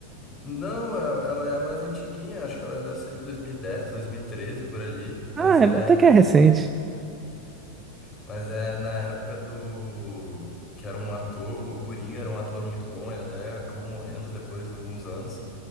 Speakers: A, on the left (about 25°); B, on the right (about 20°).
A: não, é- ela é mais antiguinha, acho que ela deve ser de 2010, 2013 por ali, mas
B: Ah,
A: é
B: é- até que é recente.
A: Mas é na época do. Que era um ator, o Coringa era um ator muito bom, ele até acabou morrendo depois de uns anos.